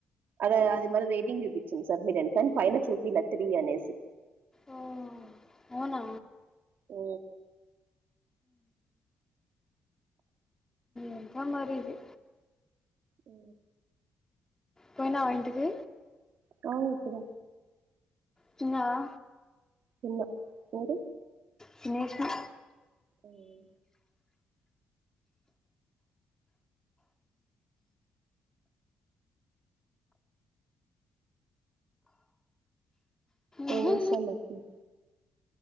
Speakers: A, on the right; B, on the left.
A: అదే అది మళీ రేటింగ్ చూపించింది సబ్మిట్ అని కానీ పైన చూపియ్యలే త్రీ అనేసి
B: ఓ అవునా
A: హు
B: ఎంతో మరి ఇది
A: ఊ
B: పోయినావ ఇంటికి
A: బావ వొత్తడ
B: తిన్నవా
A: తిన్న మీరు
B: తినేషినా
A: అవునా
B: ఉహు
A: ఏం చేస్తానావు ఇప్పుడు